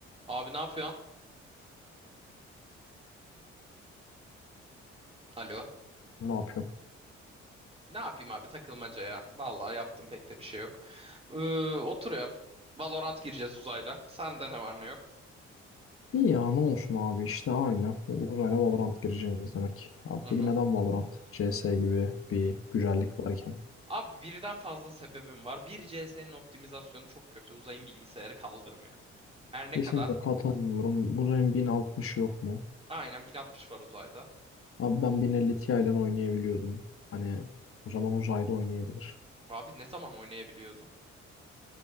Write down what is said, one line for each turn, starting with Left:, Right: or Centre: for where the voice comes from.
Right: Abi ne yapıyorsun? Alo.
Left: Ne yapıyorum?
Right: Ne yapayım abi takılmaca ya. Vallahi yaptım pek de bir şey yok. Ee, oturuyorum. Valorant gireceğiz uzayla. Sende ne var ne yok?
Left: İyi ya ne olsun abi işte aynı. Uzayla Valorant gireceğiz demek. Abi
Right: Hı
Left: peki
Right: hı.
Left: neden Valorant? CS gibi bir güzellik varken.
Right: Abi birden fazla sebebim var. Bir CS'nin optimizasyonu çok kötü. Uzayın bilgisayarı kaldırmıyor. Her
Left: Kesinlikle
Right: ne kadar?
Left: katılmıyorum. Uzayın 1060 yok mu?
Right: Aynen 1060 var uzayda.
Left: Abi ben 1050 Ti ile oynayabiliyordum. Hani o zaman uzayda oynayabilir.
Right: Abi ne zaman oynayabiliyordun?